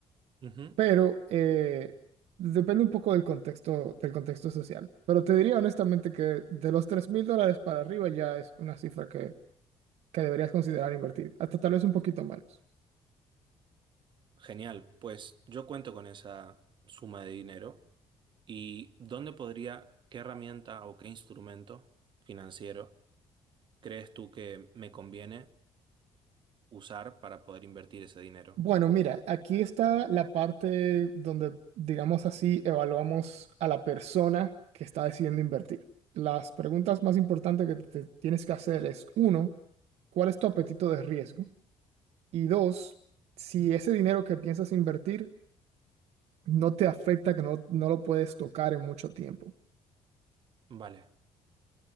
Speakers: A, on the right; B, on the right.
A: Ujú.
B: pero eh, depende un poco del contexto, del contexto social. Pero te diría honestamente que de los tres mil dólares para arriba ya es una cifra que, que deberías considerar invertir, hasta tal vez un poquito menos.
A: Genial, pues yo cuento con esa suma de dinero y ¿dónde podría, qué herramienta o qué instrumento financiero crees tú que me conviene usar para poder invertir ese dinero?
B: Bueno, mira, aquí está la parte donde, digamos así, evaluamos a la persona que está decidiendo invertir. Las preguntas más importantes que te tienes que hacer es, uno, ¿cuál es tu apetito de riesgo? Y dos, si ese dinero que piensas invertir no te afecta que no, no lo puedes tocar en mucho tiempo.
A: Vale,